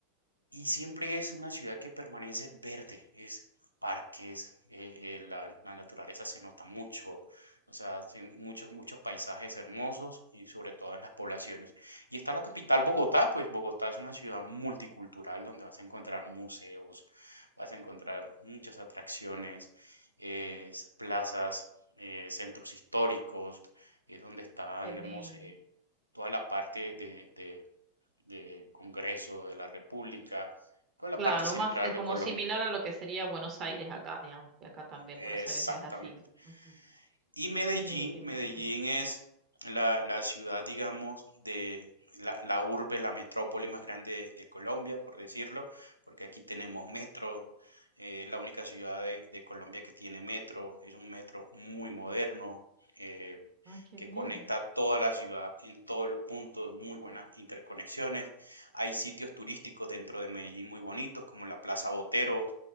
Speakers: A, on the right (about 80°); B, on the right (about 35°).
A: Y siempre es una ciudad que permanece verde, es parques, eh, eh, la, la naturaleza se nota mucho, o sea, hay muchos, muchos paisajes hermosos y sobre todo en las poblaciones. Y está la capital Bogotá, pues Bogotá es una ciudad multicultural donde vas a encontrar museos, vas a encontrar muchas atracciones, eh, s- plazas, eh, centros históricos, es donde está,
B: Qué
A: digamos,
B: lindo.
A: eh, toda la parte de, de de Congreso de la República, toda la
B: Claro,
A: parte central
B: más es
A: de
B: como
A: Colombia.
B: similar a lo que sería Buenos Aires acá, digamos. que acá también
A: Exactamente.
B: Buenos Aires es así. Ujú.
A: Y Medellín,
B: Mira qué interesante.
A: Medellín es la, la ciudad, digamos, de la, la urbe, la metrópoli más grande de, de Colombia, por decirlo, porque aquí tenemos metro, eh, la única ciudad de, de Colombia que tiene metro, es un metro muy moderno, eh,
B: Ah, qué
A: que
B: bien.
A: conecta toda la ciudad en todos los puntos, muy buenas interconexiones. Hay sitios turísticos dentro de Medellín muy bonitos, como la Plaza Botero,